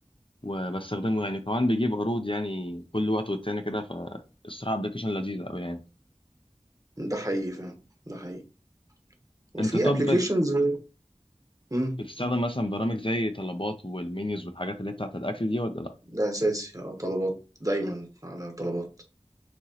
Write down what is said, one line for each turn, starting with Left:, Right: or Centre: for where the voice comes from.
Left: وبستخدمه يعني كمان بيجيب عروض يعني كل وقت والتاني كده فالصراحه ابلكيشن لذيذ قوي يعني
Right: ده حقيقي فعلا ده حقيقي وفي
Left: انت طب
Right: ابلكيشنز
Left: بت-
Right: امم
Left: بتستخدم مثلا برامج زي طلبات والمنيوز والحاجات اللي هي بتاعت الاكل دي ولا لا
Right: ده اساسي اه طلبات دايما على طلبات